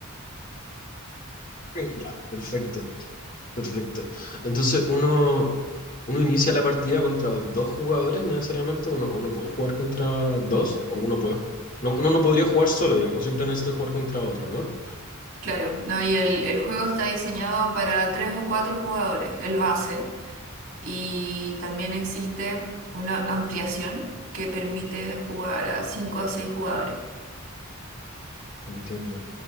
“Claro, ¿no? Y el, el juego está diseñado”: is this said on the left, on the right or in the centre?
Right